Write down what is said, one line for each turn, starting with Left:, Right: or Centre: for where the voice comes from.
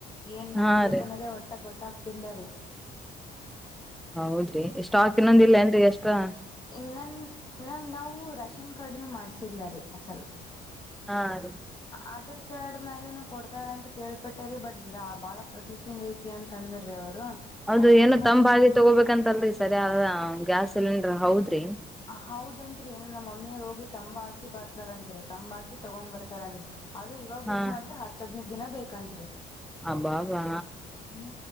Left: ಏನ್ ಮಾಡ್ಬೇಕನೋದೆ
Centre: ಹಾ ರೀ
Left: ಒಟ್ಟಾಗ್ ಗೊತ್ತಾಗ್. ತಿಲ್ಲ ರೀ.
Centre: ಹೌದ್ರಿ ಸ್ಟಾಕ್ ಇನ್ನೊಂದ್ ಇಲ್ಲೇನ್ರಿ ಎಕ್ಸ್ಟ್ರಾ.
Left: ಇನನ್ ನಾ ನಾವು ರಾಷನ್ ಕಾರ್ಡ್ ಇನು ಮಾಡ್ಸಿಲ್ಲ ರೀ ಅಸಲ್
Centre: ಹಾ ರೀ.
Left: ಆಧಾರ್ ಕಾರ್ಡ್ ಮೇಲೆನುೂ ಕೊಡ್ತಾರಂತ್ ಕೇಳ್ಪಟ್ಟೆ ರೀ ಬಟ್ ಬಹಳ ಪ್ರೊಸೆಸಿಂಗ್ ಐತ್. ಅಂತ್ ಅಂದರೀ ಅವ್ರು.
Centre: ಹೌದು
Left: ಅದ್ರ
Centre: ಏನೊ
Left: ಸಂಬಂಧ
Centre: ತಂಬಗಿ ತಗೋಬೇಕಂತಲ್ರಿ ಸರ್ಯ ಗ್ಯಾಸ್ ಸಿಲೆಂಡ್ರ್ ಹೌದ್ರಿ.
Left: ಹವ್ದಂತ್ರಿ ಏನು ನಮ್ ಮಮ್ಮಿಯರ್ ಹೋಗಿ ತಂಬ್ ಹಾಕಿ ಬರ್ತರಂತ್ರಿ ತಂಬಕಿ ತಗೊಂಡ್ ಬರ್ತಾರನ್ರಿ. ಅದು ಇವಾಗ ಬುಕ್
Centre: ಹಾ
Left: ಮಾಡಿದ್ರೆ ಹತ್ ಹದ್ನೈದ್ ದಿನ ಬೇಕಂತ್ರಿ.
Centre: ಅಬಾಬಾ
Left: ಹ್ಮ